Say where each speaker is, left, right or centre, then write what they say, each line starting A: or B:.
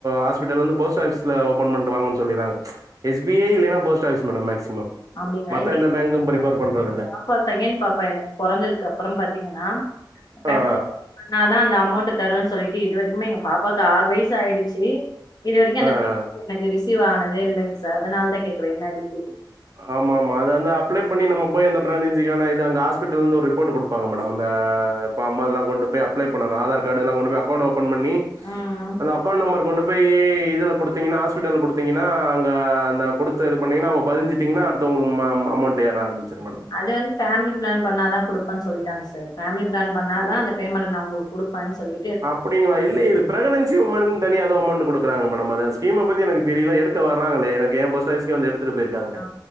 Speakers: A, on the right (about 45°); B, on the left (about 55°).
A: ஹாஸ்பிட்டல் வந்து போஸ்ட் ஆஃபிஸ்ல ஓப்பன் பண்ணிட்டு வாங்கன்னு சொல்லிறாங்க எஸ் பி ஐ இல்லனா போஸ்ட் ஆபீஸ் மேடம் மேக்ஸிமம்
B: அப்டிங்களா
A: மத்த
B: இல்லைங்க
A: எந்த பேங்க்கும் ப்ரிஃபர்
B: <inaudible>
A: பண்றதில்ல.
B: பாப்பா செக்கேன் பாப்பா எனக்கு பொறந்ததுக்கு அப்புறம் பாத்தீங்கன்னா <inaudible> பண்ணா
A: ஆ.
B: தா அந்த அமௌண்ட் தருவேன் சொல்லிட்டு இது வரைக்குமே எங்க பாப்பாக்கு ஆறு வயசு ஆயிடுச்சு இது வரைக்கு அந்த
A: ஆ.
B: <inaudible> எனக்கு ரிசிவ் சிவானதே இல்லைங்க சார் அதனாலதா கேக்குறே என்ன டீட்டியல்
A: ஆமா ஆமா அதை வந்து அப்ளை பண்ணி நம்ம போய் அந்த பிரெக்னன்சிக்கான இது அங்க ஹாஸ்பிட்டல் இருந்து ஒரு ரிப்போட் குடுப்பங்க மேடம் அந்த இப்ப அம்மால்லா கொண்டு போய் அப்ளை பண்ணனு ஆதார் காடு எல்லா கொண்டு போய் அக்கவுண்ட் ஓப்பன் பண்ணி
B: ம் ம்
A: அந்த அக்கௌண்ட் நம்பர் கொண்டு போய் இதுல குடுத் தீங்கன்னா ஹாஸ்பிட்டல் குடுத்தீங்கன்னா அங்க அந்த குடுத்த இது பண்ணீங்கன்னா அங்க பதிஞ்சு திங்கினா அடுத்த உங்களுக்கு மா அமௌண்ட்டு ஏற ஆரம்மிச்சிரும் மேடம்
B: அது வந்து ஃபேமிலி பிளான் பண்ணா தா குடுப்பன்னு சொல்லிட்டாங்க சார் ஃபேமிலி பிளான் பண்ணாதா அந்த பேமெண்ட்டு நா உங்களுக் குடுப்பேன்னு சொல்லி
A: அப்படிங்களா இது இல்ல இது பிரெகனன்சி உமன்க்கு தனியா எதோ அமௌண்ட்டு குடுக்கறாங்க மேடம் அத ஸ்கீம பத்தி எனக்கு தெரியல எடுக்க வராங்களே எனக்கு ஏ போஸ்ட் ஆஃபீஸ் இங்க வந்து எடுத்துட்டு போயிருக்காங்க
B: ஆ